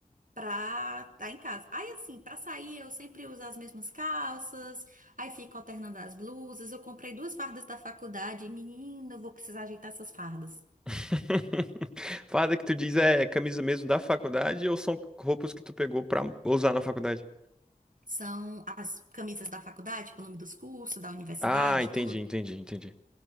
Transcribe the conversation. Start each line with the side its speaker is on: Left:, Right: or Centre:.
Right: pra estar em casa. Aí assim, pra sair eu sempre uso as mesmas calças, aí fico alternando as blusas. Eu comprei duas fardas da faculdade e, menina, eu vou precisar ajeitar essas fardas.
Centre: <laughs> Farda que tu diz é camisa mesmo da faculdade ou são roupas que tu pegou pra usar na faculdade?
Right: São as camisas da faculdade, com o nome dos cursos, da universidade,
Centre: Ah, entendi,
Right: tudo.
Centre: entendi, entendi.